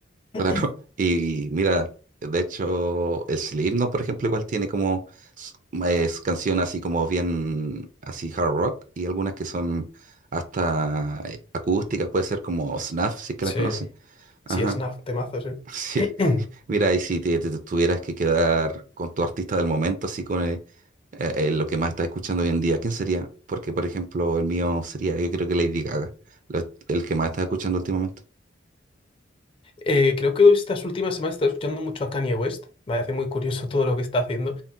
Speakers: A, on the right; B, on the left.
A: claro.
B: <clears throat>
A: <laughs> Y mira, de hecho, Slipknot, por ejemplo, igual tiene como s- es canciones así como bien, así hard rock, y algunas que son hasta eh, acústicas, puede ser como Snuff, si es que
B: Sí,
A: la conocen. Ajá.
B: sí, es una
A: <laughs>
B: temazo, sí.
A: Sí,
B: <clears throat>
A: mira, y si te, te- te tuvieras que quedar con tu artista del momento, así con el- eh, eh, lo que más estás escuchando hoy en día, ¿quién sería? Porque, por ejemplo, el mío sería, yo creo que Lady Gaga, lo- el que más estás escuchando últimamente.
B: Eh, creo que estas últimas semanas he estado escuchando mucho a Kanye West. Me parece muy curioso todo lo que está haciendo